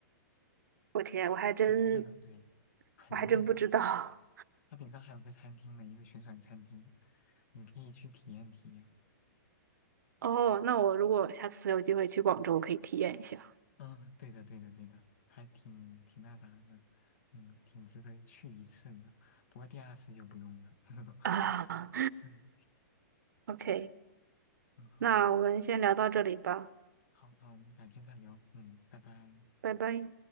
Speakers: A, on the right; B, on the left.
A: 我天，我还真
B: 横着的，对，横着的。
A: 我还真不知道。
B: 它顶上还有个餐厅呢，一个旋转餐厅，你可以去体验体验。
A: <laughs> 哦，
B: 嗯，
A: 那我如果下次有机会去广州，我可以体验一下。
B: 嗯对的，对的，对的，还挺挺那啥的，嗯，挺值得去一次的。不过第二次就不用了。<laughs>
A: <laughs> 啊
B: 嗯
A: ，OK，
B: 嗯，好，
A: 那我们先聊到这里吧，
B: 好，那我们改天再聊。嗯，拜拜。
A: 拜拜。